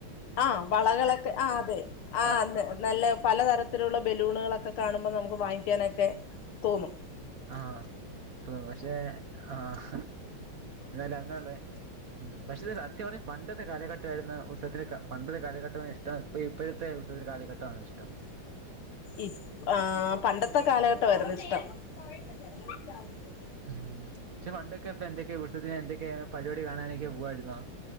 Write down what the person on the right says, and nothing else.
ആ
ആഹ് പ് പഷെ ആഹ് ന്നാലങ്ങള്ളെ ഉം പക്ഷേ സത്യപർഞ്ഞാ പണ്ടത്തെ കാലഘട്ടായിരുന്നു ഉത്സവത്തിന് കപണ്ടതെ കാലഘട്ടമാ ഇഷ്ടം പ്പയിപ്പഴത്തെ ഉൽസവത്തിനെ കാലഘട്ട ആന്നോ ഇഷ്ടം
ഊം ക്ഷെ പണ്ടൊക്കെ ഇപ്പൊ എന്തൊക്കെയാ ഉൽസത്തിന് എന്തൊക്കെയാ പര്വാടി കാണാനൊക്കെ പോവായിരുന്നോ